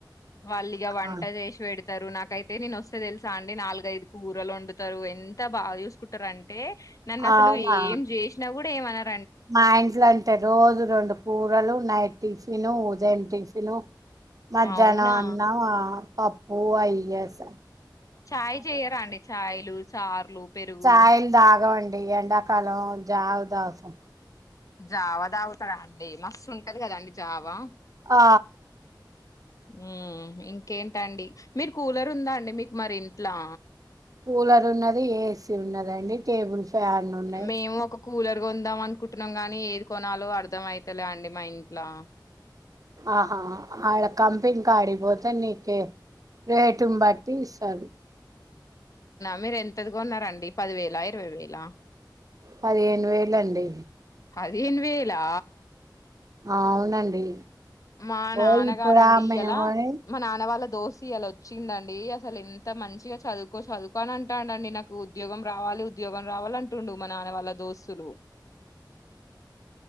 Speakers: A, on the left (about 45°); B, on the right (about 50°).
A: వాళ్ళిగా వంట
B: ఆ,
A: చేసిపెడ్ తరు నాకైతే నేను వస్తే తెలుసా అండి నాలుగైదు కూరలు ఓండుతారు ఎంత బాగా చూసుకుంటారొ ఆన్ టే నన్ను అసలు
B: అవునా
A: ఏం చేసినా కూడా ఏమనార్
B: మా ఇంట్లో అంతే రోజు రెండు కూరలు నైట్ టిఫిను ఉదయం టిఫిను మధ్యాహ్నం
A: అవునా
B: అన్నం ఆ పప్పు అయ్యసా
A: ఛాయ్ చెయరా అండి చాయ్ లు చార్లు పెరుగు
B: ఛాయ్ లు తగమ ఈ ఎండాకాలం జావ్ తగుతాం
A: జావా తగుతారా అండి మస్తు ఉంటది కదండి జావా
B: ఆ
A: మ్మ్ ఇంకేంటండి మీకు కూలర్ ఉందా అండి మీకు మరి ఇంట్లా
B: కూలర్ ఉన్నది, ఏసీ ఉన్నదండి, టేబుల్ ఫ్యా ఫ్యాన్లు ఉన్నాయి
A: మేము ఒక కూలర్ కొందాం అనుకుంటున్నాం గానీ ఏది కొనాలో అర్ధం అయితలే అండి మా ఇంట్లా
B: ఆహా ఆడ కంపెనీ కాడికి పోతే నీకు రేటును బట్టి ఇస్తారు.
A: మీరు ఎంతది కొన్నరండి పదివేలా ఇరవై వేలా
B: పదిహేను వేలండి
A: పదిహేను వేలా
B: అవునండి
A: మా
B: పోయి
A: నాన్నగారండి
B: ఇప్పుడు ఆమె
A: ఇయల
B: ఏమోని
A: మా నాన్న వాళ్ళ దోస్తు ఇయలా వచ్చిండండి ఏ అసలు ఎంత మంచిగా చదువుకో చదువుకో అని అంటండి నాకు ఉద్యోగం రావాలి ఉద్యోగం రావాల అంటుండు మా నాన్న వాళ్ళ దోస్తులు